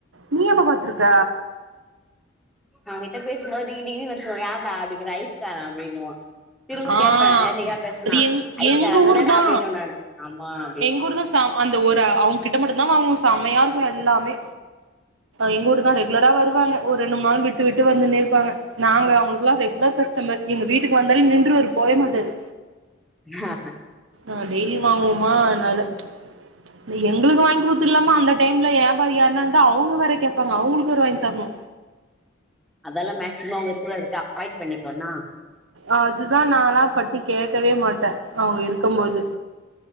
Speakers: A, on the right (about 80°); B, in the centre.
A: நீ எப்ப பாத்துருக்க
B: ஊங்கிட்ட பேசும்போது டிங்கி டிங்கினு அடுசுன்னு வரு யார்டா அப்டி கேட்ட ஐஸ்கார அப்டின்னுவா திரும்பவு
A: ஆ
B: கேப்பே என்னைக்கா பேசுனா
A: அது எங்
B: ஐஸ்காரந்தனடா
A: எங்க ஊர் தா
B: அப்டின்னுவே நானு ஆமா அப்டின்னு
A: எங்க ஊர் தா அந்த ஒரு அவுங்க கிட்ட மட்டுதா வாங்கு செம்மையா இருக்கு எல்லாமே எங்க ஊர் தா ரெகுலரா வருவாங்க ஒரு ரெண்டு மூணு நாள் விட்டு விட்டு வந்துன்னே இருப்பாங்க நாங்க அவுங்ளுக்லா ரெக்லர் கஸ்டமர் எங்க வீட்டுக்கு வந்தாலு நின்று வர் போவே மாட்டாது
B: ஹ
A: ஆ டெய்லி வாங்கோமா அதனால தி எங்களுக்கு வாய்ன் குடுத்துரலாமா அந்த டைம்ல ஏபாரி யாருன்னாந்தா அவுங்க வேற கேப்பாங்க அவுங்ளுக்கு வேற வாய்ன் தர்ணு
B: அதெல்லா மேக்சிமம் அவ்ங்க இருக்ற வருக்கா வாய்ட் பண்ணி போனா
A: அதுதா நாலா பட்டி கேக்கவே மாட்ட அவ்ங்க இருக்கும்போது